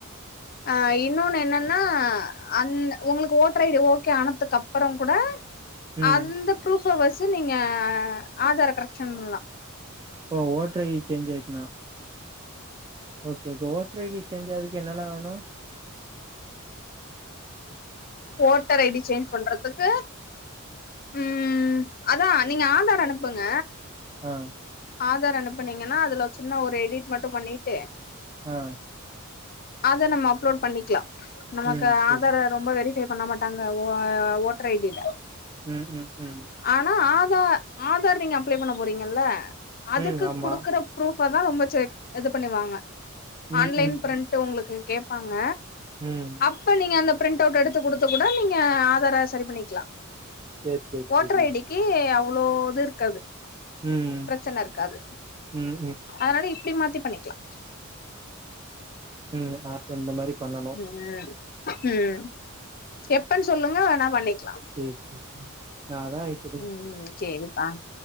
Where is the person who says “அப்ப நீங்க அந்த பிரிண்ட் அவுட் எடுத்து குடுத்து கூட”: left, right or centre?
Left